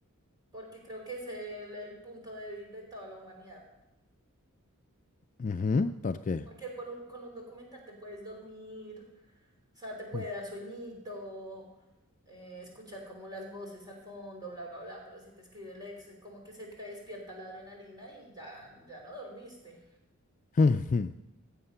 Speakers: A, on the right; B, on the left.
A: porque creo que es el, el punto débil de toda la humanidad.
B: Ujú, ¿Por qué?
A: Porque por un- con un documental te puedes dormir, o sea, te puede
B: Ujú.
A: dar sueñito, eh, escuchar como las voces al fondo, bla, bla, bla, pero si te escribe el ex, como que se te despierta la adrenalina y ya, ya no dormiste.
B: <laughs>